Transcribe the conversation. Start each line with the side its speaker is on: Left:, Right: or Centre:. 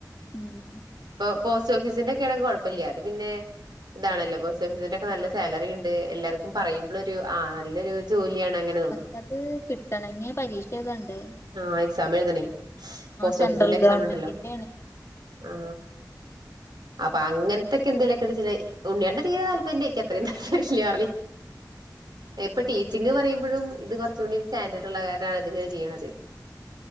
Left: ഉം
Right: ഇപ്പൊ പോസ്റ്റ് ഓഫീസിന്റെ ഒക്കെയാണെങ്കിൽ കുഴപ്പമില്ല അത് പിന്നെ ഇതാണല്ലേ പോസ്റ്റ് ഓഫീസിന്റെ ഒക്കെ നല്ല സാലറി ഉണ്ട് എല്ലാർക്കും പറയുമ്പോ ഒരു നല്ലൊരു ജോലിയാണ് അങ്ങന
Left: പക്കത് കിട്ടണെങ്കിയ പരീക്ഷ ഏതണ്ട്
Right: ആഹ എക്സാം എഴുതണേ പോസ്റ്റ്
Left: സെൻട്രൽ
Right: ഓഫീസിന്റെ എക്സാം
Left: ഗവൺമെന്റിന്റെ
Right: ഉണ്ടല്ലോ
Left: ആണ്
Right: ആ അപ്പൊ അങ്ങനത്തൊക്കെ എന്തേലുമൊക്കെണ്ടെ ഉണ്ണിയടെ തീരെ താല്പര്യംക്ക് അത്രയും തല്ര്ല്ലാേ ഇപ്പൊ ടീച്ചിങ്ന്ന് പറയുമ്പോഴും ഇത് കുറച്ച കൂടി സ്റ്റാൻഡേർഡ് ഉള്ള കാരാണ് ഇതിങ്ങനെ ചെയ്യണത്